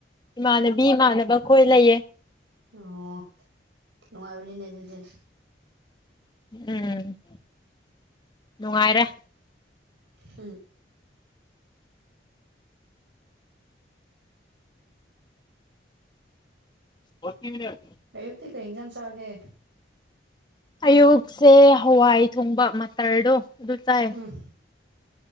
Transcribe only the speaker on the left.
ꯏꯃꯥꯟꯅꯕꯤ ꯏꯃꯥꯟꯅꯕ ꯈꯣꯏ ꯂꯩꯌꯦ
ꯎꯝ ꯅꯨꯡꯉꯥꯏꯔꯦ
<inaudible>
ꯑꯌꯨꯛꯁꯦ ꯍꯋꯥꯏ ꯊꯣꯡꯕ ꯃꯠꯇꯔꯗꯣ ꯑꯗꯨ ꯆꯥꯏ